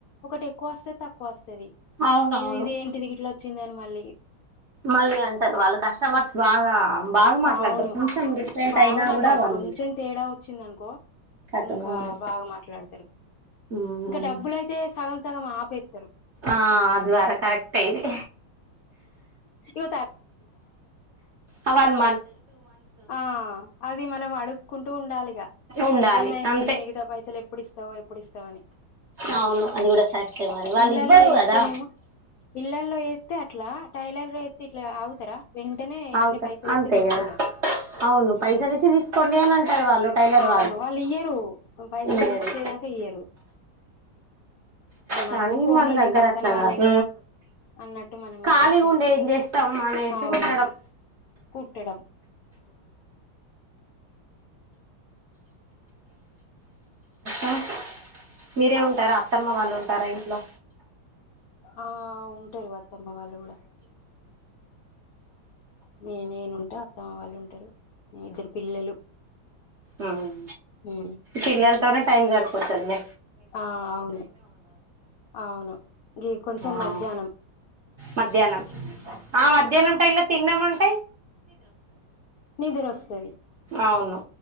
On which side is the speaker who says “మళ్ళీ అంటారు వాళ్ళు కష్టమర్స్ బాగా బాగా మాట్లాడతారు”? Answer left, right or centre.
Right